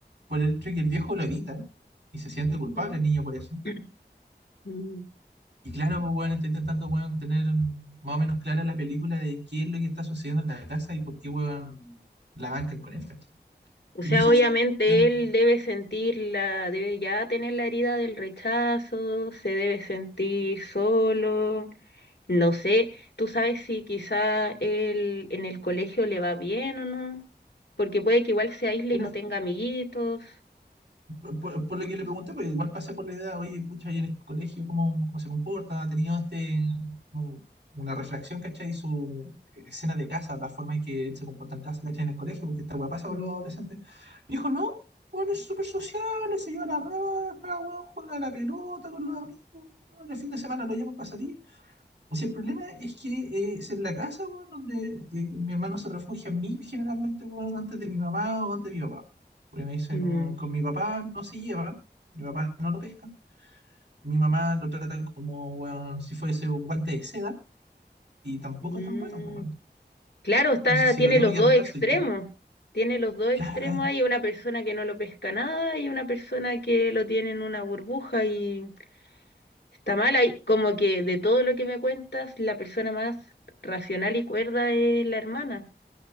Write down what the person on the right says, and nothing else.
por el hecho de que el viejo lo evita y se siente
culpable el niño por eso.
Y claro, pues bueno, está intentando weón, tener más o menos clara la película de qué es lo que está sucediendo en la casa y por qué weón, la bancan con esto.
Y
mi socia,
en-
era-
por, por- por lo que le pregunté, pues igual pasé por la idea, oye, pucha, ahí en el colegio, ¿cómo, cómo se comporta? ¿Ha tenido este, u- una reflexión, ¿cachai? Su escena de casa, la forma en que él se comporta en casa, ¿cachai? En el colegio, porque esta weá pasa
con los adolescentes. Me dijo, no, bueno, es súper social, se lleva la raja, weón, juega a la pelota con los amigos, weón, el fin de semana lo llaman para salir. O sea, el problema es que eh, es en la casa, weón, donde eh, mi hermano se refugia en mí generalmente, weón, antes de mi mamá o antes de mi papá. Porque me dice,
no, con mi papá no se lleva, mi papá no lo pesca, mi mamá lo trata como, weón, si fuese un guante de seda, y tampoco
es tan bueno, weón.
Entonces, si
lo tengo
que
retar,
soy yo.
Ya, eh,